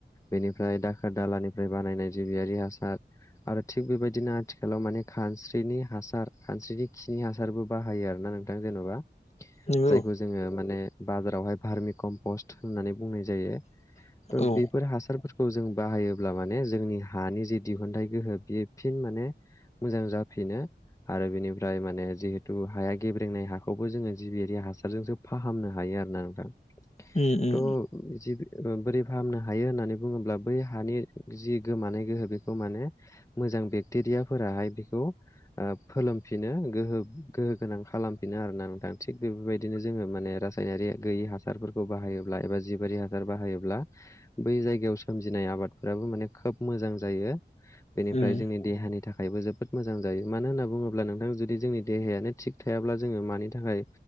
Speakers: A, on the left; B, on the left.
A: बेनिफ्राय दाखोर दालानिफ्राय बानायनाय जिबियारि हासार आरो थिग बेबायदिनो आथिखालाव माने खानस्रिनि हासार खानस्रिनि खिनि हासारबो बाहायो आरो ना। ना नोंथां जेनेबा
B: नंगौ
A: जायखौ जोंङो माने फारमिखनफस बुंनाय जायो त'
B: औ
A: बेफोर हासारफोर। खौ जों बाहायोब्ला माने जोंनि हानि जे दिहुनथाइ गोहो बेयो फिन माने मोजां जाफिनो आरो बेनिफ्राय माने जिहेतु हाया गेब्रेंनाय हाखौबो जोङो जिबियारि हासारजोंसो फाहामनो। हायो आरो नोंथां
B: उम उम
A: थ' जिबि बोरै फाहामनो हायो होननानै बुङोब्ला बै हानि जि गोमानाय गोहो बेखौ माने मो मोजां बेक्टेरिया फोराहाय बेखौ ओ फोलोमफिनो गो गोहो गोनां खालामफिनो आरोना नोंथां थिग बेबायदिनो जोङो माने रा गैयि हासारफोरखौ बाहायोब्ला एबा जिबारि हासार बाहायोब्ला बै जायगायाव सोमजिनाय आबादफोराबो माने खोब मोजां जायो बेनिफ्राय
B: उम
A: जोंनि देहानि था खायबो जोबोद मोजां जायो मानो होनना बुङोब्ला नोंथां जुदि जोंनि देहायानो थिग थायाब्ला जोङो मानि थाखाय